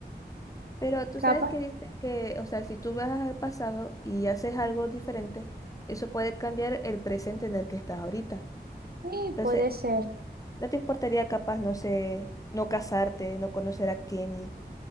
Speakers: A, on the left (about 20°); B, on the right (about 65°).
A: pero tú
B: Capaz,
A: sabes que dicen que, o sea, si tú viajas al pasado y haces algo diferente, eso puede cambiar el presente en el que estás ahorita.
B: sí,
A: Entonces,
B: puede ser.
A: ¿No te importaría capaz, no sé, no casarte, no conocer a Kenny?